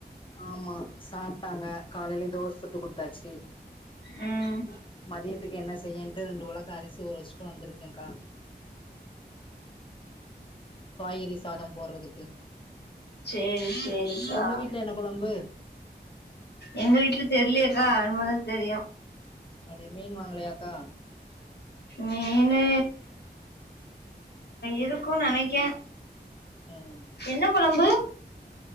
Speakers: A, on the left (about 30°); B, on the left (about 70°).
A: ஆமா சாப்ட்டாங்க காலைலே தோஸ் சுட்டு குடுத்தாச்சு
B: ம்
A: மதியத்துக்கு என்ன செய்யன்ட்டு ரெண்டு ஒலக் அரிசி ஊர வச்சுட்டு வந்துருக்கே க்கா காய்கறி சாதோ போர்றதுக்கு
B: சேரி சேரி சேரிக்கா
A: ஒங்க வீட்ல என்ன கொழம்பு
B: எங்க வீட்ல தெர்லயேக்கா இனிமே தா தெரியு
A: அப்டிய மீன் வாங்கலயாக்கா
B: மீனு இருக்கு நெனைக்கே
A: ம்
B: என்ன குழம்பு